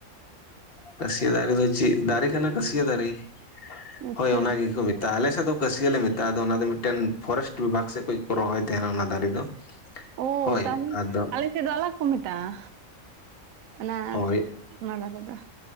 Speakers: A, on the left (about 45°); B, on the right (about 85°).
A: ᱠᱟᱹᱥᱭᱟᱹ ᱫᱟᱨᱮ ᱫᱚ ᱪᱮᱫ ᱫᱟᱨᱮ ᱠᱟᱱᱟ ᱠᱟᱹᱥᱭᱟᱹ ᱫᱟᱨᱮ?
B: ᱟᱪᱪᱷᱟ
A: ᱦᱳᱭ ᱚᱱᱟ ᱜᱮᱠᱚ ᱢᱮ ᱛᱟ ᱟᱞᱮ ᱥᱮᱫ ᱫᱚ ᱠᱟᱹᱥᱤᱭᱟᱹ ᱞᱮ ᱢᱮᱛᱟᱜᱼᱟ ᱟᱫᱚ ᱚᱱᱟ ᱫᱚ ᱢᱤᱫ ᱴᱮᱱ ᱯᱷᱚᱨᱮᱥᱴ ᱵᱤᱵᱷᱟᱜᱽ ᱥᱮᱫ ᱠᱷᱚᱱ ᱠᱚ ᱨᱚᱦᱚᱭ ᱛᱟᱸᱦᱮᱱᱟ ᱚᱱᱟ ᱫᱟᱨᱮ ᱫᱚ᱾
B: ᱚ
A: ᱦᱳᱭ
B: ᱛᱟᱦᱞᱮ
A: ᱟᱫᱚ
B: ᱟᱞᱮ ᱥᱮᱫ ᱫᱚ ᱟᱞᱟᱜᱽ ᱠᱚ ᱢᱮᱛᱟᱜᱼᱟ, ᱚᱱᱟ
A: ᱦᱳᱭ
B: ᱚᱱᱟ ᱫᱟᱨᱮ ᱫᱚ